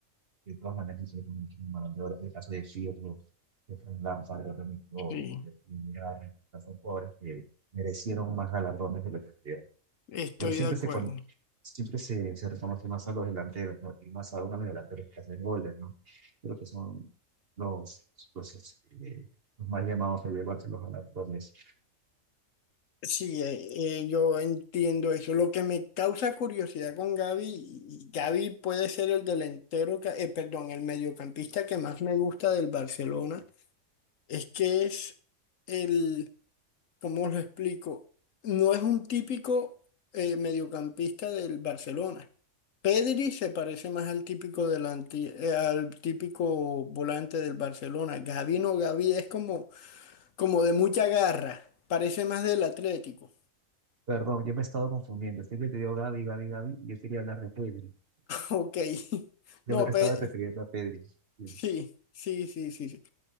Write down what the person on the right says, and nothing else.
De todas maneras, yo creo que merecen un balón de oro. En el caso de Pirlo, de Fran Lampard, de Remy Gignac,
de Mirar, son jugadores que merecieron más galardones de lo que tuvieron.
Pero siempre
se, con- siempre se, se reconoce más a los delanteros, ¿no? Y más aún a los delanteros que hacen goles, ¿no? Creo que son los, los, este, los más llamados a llevarse los galardones.
Perdón, yo me he estado confundiendo. Siempre te digo Gaby, Gaby, Gaby. Yo quería hablar de Pedri.
Yo me estaba
refiriendo a Pedri. Sí,